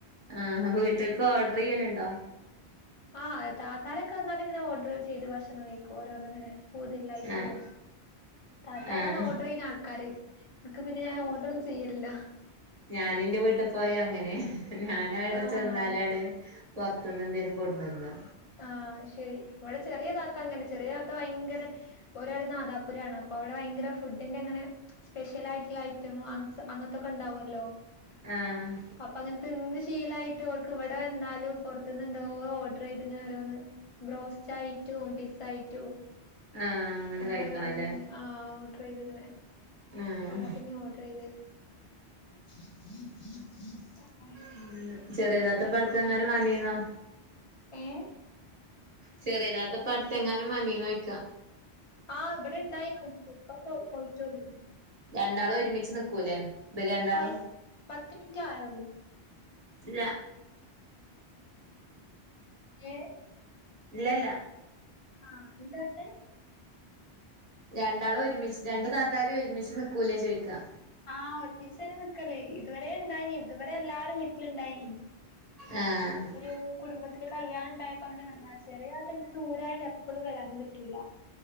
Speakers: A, on the right (about 40°); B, on the left (about 35°).
A: ആഹ് വീട്ടിക്ക് ഓർഡർ ചെയ്യലിണ്ടോ
B: ആഹ് താത്തരേക്ക് വന്നാലും ഇങ്ങനെ ഓഡർ ചെയ്ത് ഭക്ഷണം കഴിക്കും ഓരോന്നിങ്ങനെ കൂടുതലായിറ്റും
A: ആഹ്
B: താത്താരാണ്
A: ആഹ്
B: ഓർഡർ ചെയ്യുന്ന ആൾക്കാര് എനിക്ക് പിന്നെ ഞാൻ ഓർഡറൊന്നും ചെയ്യലില്ല
A: ഞാനിന്റെ വീട്ടിക്ക് പോയാ അങ്ങനെ ഞാനവിടെ
B: ആഹ്
A: ചെന്നാലാണ് പുറത്തുന്ന് എന്തെങ്കിലും കൊണ്ട്തരുന്ന
B: ആഹ് ശരി ഇവിടെ ചെറിയ താത്ത അങ്ങനെ ചെറിയതാത്ത ഭയങ്കര ഒരാൾ നാദാപുരാണ് അപ്പൊ അവിടെ ഭയങ്കര ഫുഡിന്റെ ഇങ്ങനെ സ്പെഷ്യലായിട്ടിള്ള ഐറ്റമ് <unintelligible> അങ്ങത്തൊക്കെ ഇണ്ടാവല്ലോ
A: ആഹ്
B: അപ്പ അങ്ങനെ തിന്ന് ശീലായിട്ട് ഓൾക്ക് ഇവിടെ നിന്നാലും പുറത്തുന്ന് എന്തോ ഓർഡർ ചെയ്ത് ഇങ്ങനെ ഓരോന്ന് ബ്രോസ്റ്റായിറ്റും പിസ്സ ആയിറ്റും
A: ആഹ് അങ്ങനെ
B: അങ്ങനോരോന്ന്
A: കഴിക്കണല്ലേ
B: ആഹ് ഓർഡർ ചെയ്തിങ്ങനെ
A: ആഹ്
B: ഓളാ പിന്നെയും ഓർഡർ ചെയ്ത് ഹ ഹ ഹ ഹ
A: ഉം ചെറിയതാത്ത ഇപ്പടുത്തെങ്ങാണം വന്നീന്നോ
B: ഏ
A: ചെറിയ താത്തപടുത്തെങ്ങാനും വ ന്ന നൊയ്ക്കാ
B: ആഹ് ഇവിടെ ഇണ്ടായിരുന്നു ഇപ്പം പോയ്‌ പോയിറ്റൊള്ളു
A: രണ്ടാളു ഒരുമിച്ച് നിക്കൂല്ലേ ഇബര് രണ്ടാളും.
B: തായി പത്ത് മിനിറ്റ് ആയോ
A: ഇല്ല
B: എ
A: ഇല്ലല്ല
B: ആഹ എന്ത പറഞ്ഞെ
A: രണ്ടാളും ഒരുമിച്ച് രണ്ട്താത്താരും ഒരുമിച്ച് നിക്കൂലേ ചോയിക്ക
B: ആഹ ഒരുമിച്ച് തന്നെ നിക്കല് ഇതുവരെ ഇണ്ടായിനി ഇതുവരെ എല്ലാരും വീട്ടില് ഇണ്ടായിനി
A: ആ.. ഹ്
B: ഒരു കുടുംബത്തില്കല്യാണ ണ്ടായപ്പോ അങ്ങനെ വന്നതാ ചെറിയ താത്ത ന്നെ ദൂരായൊണ്ട് ട്ട് എപ്പളും വരാനും പറ്റൂല്ല